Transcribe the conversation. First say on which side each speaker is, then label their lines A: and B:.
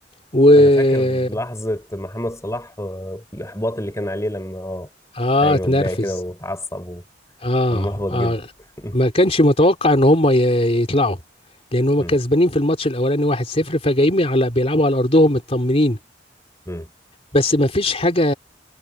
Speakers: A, on the left; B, on the left.
A: واتنرفز
B: انا فاكر لحظه محمد صلاح آه، والاحباط اللي كان عليه لما اه
A: اه
B: ايوه
A: اتنرفز
B: اتضايق كده واتعصب وكان
A: آه,
B: محبط
A: اه
B: جدا <laughs>
A: ما كانش متوقع ان هم ي- يطلعوا لان هم
B: مم.
A: كسبانين في الماتش الاولاني 1-0 فجايين على بيلعبوا على ارضهم مطمنين
B: مم.
A: بس ما فيش حاجه